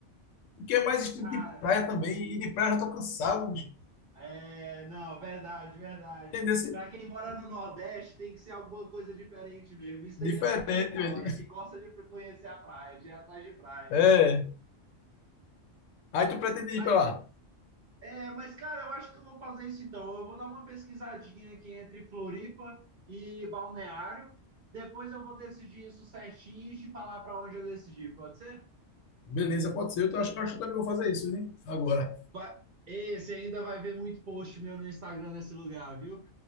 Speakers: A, on the left; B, on the right.
A: Porque é mais estilo
B: Cara,
A: de praia também. E de praia eu já tô cansado, bicho.
B: é, não, verdade, verdade.
A: Entendeu? Esse-
B: Para quem mora no Nordeste, tem que ser alguma coisa diferente mesmo. Isso
A: Diferente,
B: aí é para quem não mora,
A: velho.
B: que gosta de conhecer a praia, de ir atrás de praia.
A: É. Aí tu pretende ir
B: Mas
A: pra lá.
B: É, mas, cara, eu acho que eu vou fazer isso então. Eu vou dar uma pesquisadinha aqui entre Floripa e Balneário. Depois eu vou decidir isso certinho e te falar para onde eu decidi, pode ser?
A: Beleza, pode ser. Eu tô- acho, acho que eu também vou fazer isso, né? Agora.
B: Vai... Ei, você ainda vai ver muito post meu no Instagram nesse lugar, viu?